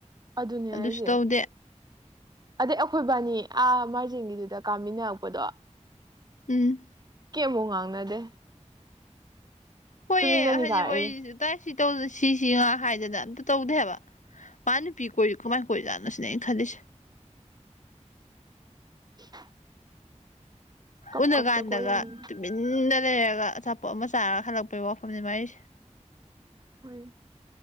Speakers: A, on the right; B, on the left.
A: ꯑꯗꯨꯅꯦ
B: ꯑꯗꯨꯁꯨ
A: ꯍꯥꯏꯁꯦ
B: ꯇꯧꯗꯦ
A: ꯑꯗꯩ ꯑꯩꯈꯣꯏꯕꯥꯅꯤ ꯑꯥ ꯃꯔꯖꯒꯤꯗꯨꯗ ꯀꯥꯃꯤꯟꯅꯔꯛꯄꯗꯣ
B: ꯎꯝ
A: ꯀꯦꯃꯨꯛ ꯉꯥꯡꯅꯗꯦ
B: ꯍꯣꯏꯑꯦ
A: ꯇꯨꯃꯤꯟꯅꯅꯤ
B: ꯍꯥꯏꯗꯤꯛ
A: ꯀꯥꯔꯛꯏꯅꯦ
B: ꯋꯥꯔꯤꯁꯤ ꯎꯇꯥꯏ ꯁꯤ ꯇꯧꯗꯅ ꯁꯤꯁꯤ ꯉꯥꯡ ꯍꯥꯏꯗꯅ ꯑꯝꯇ ꯇꯧꯗꯦ ꯍꯥꯕ ꯃꯥ ꯅꯨꯄꯤ ꯀꯣꯏꯔꯤ ꯀꯃꯥꯏ ꯀꯣꯏꯖꯥꯠꯅ‌ꯣ ꯁꯤꯅꯦ ꯑꯩꯅ ꯈꯜꯂꯤꯁꯦ
A: <unintelligible> ꯀꯞ
B: ꯎꯟꯅ
A: ꯀꯞꯇ
B: ꯀꯥꯟꯗꯒ
A: ꯀꯣꯏꯔꯝꯃꯤ
B: ꯇꯨꯃꯤꯟꯅ ꯂꯩꯔꯒ ꯑꯆꯥꯄꯣꯠ ꯑꯃ ꯆꯥꯔꯒ ꯍꯜꯂꯛꯄꯒꯤ ꯋꯥꯐꯝꯅꯤ ꯃꯥꯏꯁꯦ
A: ꯍ‌ꯣꯏ